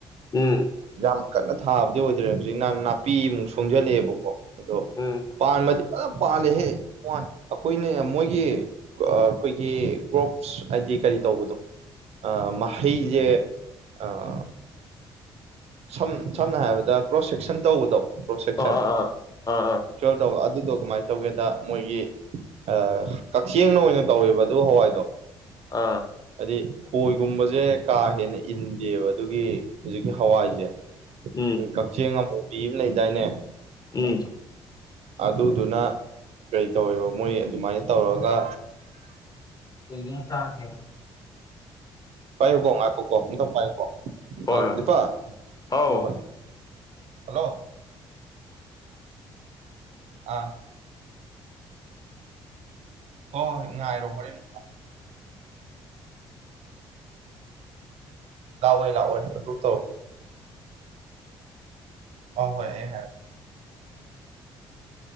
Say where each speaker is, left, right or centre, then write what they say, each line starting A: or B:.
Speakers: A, on the left; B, on the right.
A: ꯎꯝ
B: ꯌꯥꯝ ꯀꯟꯅ ꯊꯥꯕꯗꯤ ꯑꯣꯏꯗ꯭ꯔꯦ ꯍꯧꯖꯤꯛꯅ ꯅꯥꯄꯤꯃꯨꯛ ꯁꯣꯡꯖꯜꯂꯛꯑꯦꯕꯀꯣ ꯑꯗꯣ
A: ꯎꯝ
B: ꯄꯥꯟꯕꯗꯤ ꯐꯖꯅ ꯄꯥꯜꯂꯦꯍꯦ ꯃꯣꯏ ꯑꯩꯈꯣꯏꯅ ꯃꯣꯏꯒꯤ ꯒꯤ ꯑꯥ ꯑꯩꯈꯣꯏꯒꯤ ꯀ꯭ꯔꯣꯞꯁ ꯍꯥꯏꯗꯤ ꯀꯔꯤ ꯇꯧꯕꯗꯣ ꯑꯥ ꯃꯍꯩꯖꯦ ꯑꯥ ꯁꯝ ꯁꯝꯅ ꯍꯥꯏꯔꯕꯗ ꯀ꯭ꯔꯣꯁ ꯁꯦꯛꯁꯟ ꯇꯧꯕꯗꯣ ꯀ꯭ꯔꯣꯁ ꯁꯦꯛꯁꯟ
A: ꯑꯥ ꯑꯥ ꯑꯥ ꯑꯥ ꯑꯥ
B: ꯇꯨꯋꯦꯜ ꯇꯧ ꯑꯗꯨꯗꯣ ꯀꯃꯥꯏ ꯇꯧꯒꯦꯗ ꯃꯣꯏꯒꯤ ꯑꯥ ꯀꯛꯆꯦꯡꯅ ꯑꯣꯏꯅ ꯇꯧꯋꯦꯕ ꯑꯗꯨ ꯍꯋꯥꯏꯗꯣ
A: ꯑꯥ
B: ꯑꯗꯤ ꯈꯣꯏꯒꯨꯝꯕꯁꯦ ꯀꯥ ꯍꯦꯟꯅ ꯏꯟꯗꯦꯕ ꯑꯗꯨꯒꯤ ꯍꯧꯖꯤꯛꯀꯤ ꯍꯋꯥꯏꯖꯦ
A: ꯎꯝ
B: ꯀꯛꯆꯦꯡ ꯑꯃꯨꯕꯤ ꯑꯝ ꯂꯩꯗꯥꯏꯅꯦ
A: ꯎꯝ
B: ꯑꯗꯨꯗꯨꯅ ꯀꯩ ꯇꯧꯋꯦꯕ ꯃꯣꯏ ꯑꯗꯨꯃꯥꯏ ꯇꯧꯔꯒ
A: ꯀꯩ ꯍꯤꯟꯖꯥꯡ ꯆꯥꯔꯒ‌ꯦ
B: ꯄꯥꯏꯌꯨꯀꯣ ꯉꯥꯏꯈ‌ꯣꯀꯣ ꯑꯝꯇ ꯄꯥꯏꯌꯨꯀꯣ
A: ꯍꯣꯏ
B: ꯑꯧ
A: ꯍꯣꯏ
B: ꯗꯤꯄꯛ
A: ꯍꯥꯎ
B: ꯑꯝꯇ ꯄꯥꯏꯌꯨ ꯍꯜꯂꯣ ꯑꯥ ꯍꯣꯏ ꯍꯣꯏ ꯉꯥꯏꯔꯣ ꯍꯣꯔꯦꯟ ꯂꯥꯛꯑꯣꯏ ꯂꯥꯛꯑꯣꯏ ꯑꯗꯨꯝ ꯇꯧꯔꯛꯀꯅꯤ ꯍꯣꯏ ꯍ‌ꯣꯏ ꯑꯩ ꯍꯥꯏꯔꯛ